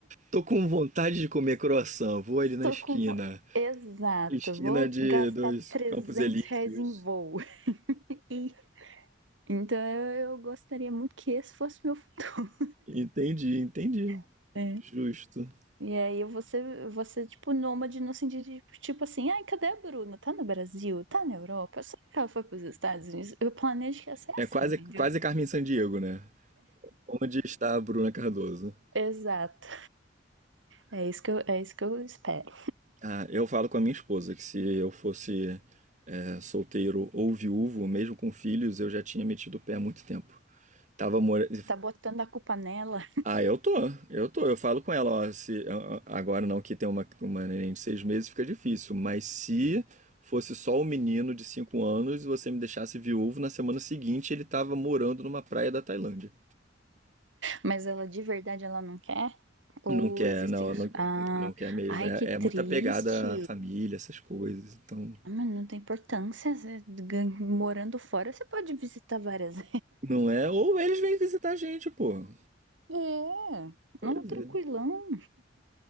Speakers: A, on the right; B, on the right.
A: Tô com vontade de comer croissant. Vou ali na
B: Tô
A: esquina.
B: com. vo- Exato,
A: Esquina
B: vou
A: de
B: gastar
A: dos
B: 300
A: Campos Elíseos.
B: reais em voo. E- então eu, eu gostaria muito que esse fosse meu futuro.
A: Entendi, entendi.
B: <laughs> né?
A: Justo.
B: E aí eu vou ser, vou ser, tipo, nômade no sentido de, tipo assim, ai, cadê a Bruna? Tá no Brasil? Tá na Europa? Será que ela foi pros Estados Unidos? Eu planejo que ia ser
A: É
B: assim,
A: quase,
B: entendeu?
A: quase Carmen Sandiego, né? Onde está a Bruna Cardoso?
B: Exato. É isso que eu, é isso que eu espero.
A: Ah, eu falo com a minha esposa que se eu fosse é, solteiro ou viúvo, mesmo com filhos, eu já tinha metido o pé há muito tempo. Tava mora...
B: Tá botando a culpa nela
A: Ah, eu tô, eu tô. Eu falo com ela, ó, se a- a- agora não que tem uma, uma neném de seis meses fica difícil, mas se fosse só o menino de cinco anos e você me deixasse viúvo, na semana seguinte ele tava morando numa praia da Tailândia.
B: Mas ela de verdade ela não quer? Ou
A: Não quer,
B: existem.
A: não,
B: os-
A: não,
B: Ah,
A: não quer mesmo.
B: ai,
A: É,
B: que triste.
A: é muito apegada à família, essas coisas. Então,
B: Ah, Mas não tem importância. você gan- morando fora, você pode visitar várias. <laughs>
A: não é. Ou eles vêm visitar a gente, pô.
B: É,
A: Pois
B: não, tranquilão.
A: é.